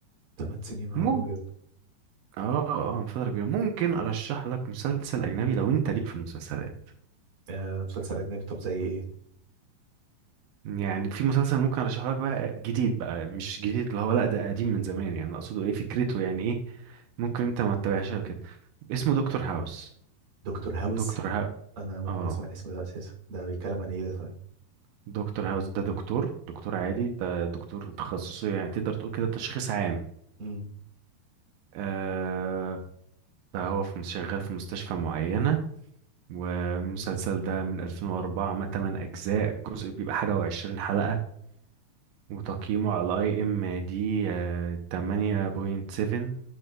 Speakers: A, on the right; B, on the right.
A: تمن سنين نهار
B: ممكن
A: ابيض
B: اه اه من فترة كبيرة ممكن ارشح لك مسلسل اجنبي لو انت ليك في المسلسلات
A: آه مسلسل اجنبي طب زي ايه
B: يعني في مسلسل ممكن ارشحه لك بقى جديد بقى مش جديد اللي هو لا ده قديم من زمان يعني اقصده ايه فكرته يعني ايه ممكن انت ما تتابعهاش أو كده اسمه دكتور هاوس
A: دكتور هاوس
B: دكتور ها
A: انا اول
B: اه
A: مره اسمع الاسم ده اساسا ده بيتكلم عن ايه ده طيب
B: دكتور هاوس ده دكتور دكتور عادي ده دكتور تخصصه يعني تقدر تقول كده تشخيص عام
A: امم
B: آه فهو في شغال في مستشفى معينة والمسلسل ده من 2004 ما 8 أجزاء الجزء بيبقى حاجة وعشرين حلقة وتقييمه على اي ام دي 8.7